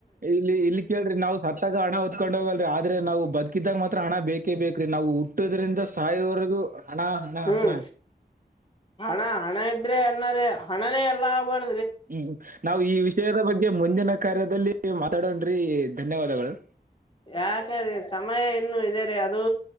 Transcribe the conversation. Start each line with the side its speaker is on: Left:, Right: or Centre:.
Right: ಇಲ್ಲಿ, ಇಲ್ಲಿ ಕೇಳಲ್ರಿ ನಾವ್ ಸತ್ತಾಗ ಹಣ ಹೊತ್ಕೊಂಡ್ ಹೋಗಲ್ರಿ, ಆದ್ರೆ ನಾವು ಬದುಕಿದಾಗ ಮಾತ್ರ ಹಣ ಬೇಕ ಬೇಕ, ಬೇಕ್ರಿ ನಾವು ಹುಟ್ಟದ್ರಿಂದ ಸಾಯಿವರೆಗೂ ಹಣ, ಹಣ,
Left: ಹ್ಮ್
Right: ಹಣ.
Left: ಹಣ ಹಣ ಇದ್ರೆ ಅಣ್ಣಾರ ಹಣನೇ ಎಲ್ಲಾ ಬಾರ
Right: ಹ್ಮ್, ನಾವು ಈ ವಿಷಯದ ಬಗ್ಗೆ ಮುಂದಿನ ಕಾರ್ಯದಲ್ಲಿ ಮಾತಾಡನ್ರಿಧನ್ಯವಾದಗಳು.
Left: ಯಾಕ್ರೆ ಸಮಯ ಇನ್ನೂಇದೆ ರೀ ಅದು